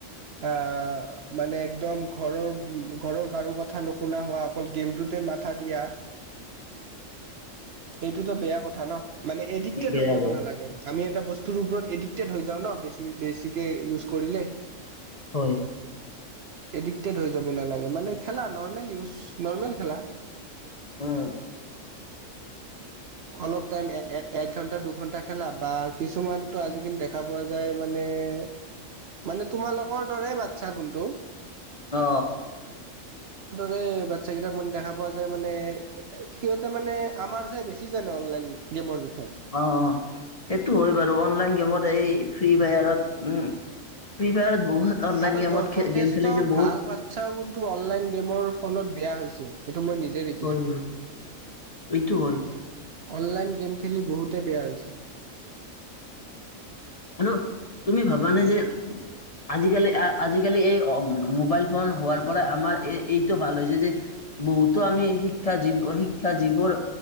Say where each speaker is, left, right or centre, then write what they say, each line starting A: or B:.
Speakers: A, on the right (about 60°); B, on the left (about 35°).
A: আ মানে একদম ঘৰৰ ঘৰৰ কাৰো কথা নুশুনা হোৱা অকল গেমটোতে মাত- থা দিয়া-
B: <inaudible>
A: এইটোতো বেয়া কথা ন, মানে এদিক্তেদ
B: বেয়া বেয়া
A: হৈ যাব
B: যে
A: নালাগে। আমি এটা বস্তুৰ ওপৰত এডিক্টেড হৈ যাওঁ ন, বেছি বেছিকে ইউজ কৰিলে।
B: হয়।
A: এডিক্টেড হৈ যাব নালাগে মানে খেলা নৰ্মেল ইউজ নৰ্মেল খেলা।
B: অহ
A: অলপ টাইম এক ঘন্টা দুঘন্টা খেলা বা কিছুমানতো আজিকালি দেখা পোৱা যায় মানে এ মানে তোমালোকৰ দৰে বাচ্ছা গুণটো-
B: অ।
A: ৰে বাচ্ছা কেইটাক মানে দেখা পোৱা যায় মানে সিহঁতে মানে আমাৰ কি জানো অনলাইন গেমৰ বিষয়ে
B: অ সেইটো হয় বাৰু অনলাইন গেমত এই ফ্ৰী ফায়াৰত উম। ফ্ৰী ফায়াৰত বহুত অনলাইন
A: আৰু
B: গেমত
A: য
B: খে-
A: যথেষ্ট
B: গেম খেলি যে বহুত
A: ভাল বাচ্ছাও কিন্তু অনলাইন গেমৰ ফলত বেয়া হৈছে। এইটো মই নিজেই দেখিছোঁ।
B: হয়। এইটো হয়
A: অনলাইন গেম খেলি বহুতে বেয়া হৈছে।
B: আৰু তুমি ভাবানে যে আজিকালি আজিকালি এই মোবাইল ফোন হোৱাৰ পৰা আমাৰ এই এইটো ভাল হৈছে যে বহুতো আমি শিক্ষা জীৱ শিক্ষা জীৱৰ